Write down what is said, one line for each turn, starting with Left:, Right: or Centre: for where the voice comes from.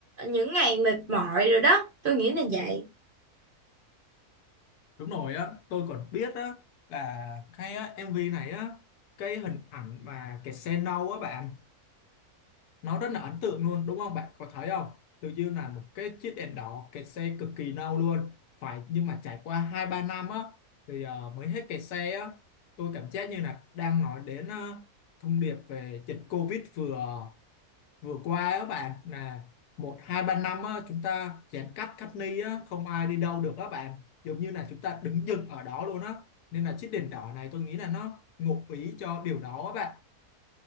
Right: những ngày mệt mỏi rồi đó tôi nghĩ là vậy
Left: đúng rồi á tôi còn biết á là cái á, MV này á cái hình ảnh mà cái xe nâu á bạn nó rất là ấn tượng luôn đúng không bạn có thấy không tự dưng là một cái chiếc đèn đỏ kẹt xe cực kỳ lâu luôn phải nhưng mà trải qua hai ba năm á thì ờ, mới hết kẹt xe á tôi cảm giác như là đang nói đến ờ, thông điệp về dịch Covid vừa vừa qua á bạn là một hai ba năm á chúng ta giãn cách cách ly á không ai đi đâu được á bạn giống như là chúng ta đứng dừng ở đó luôn á nên là chiếc đèn đỏ này tôi nghĩ là nó ngụ ý cho điều đó á bạn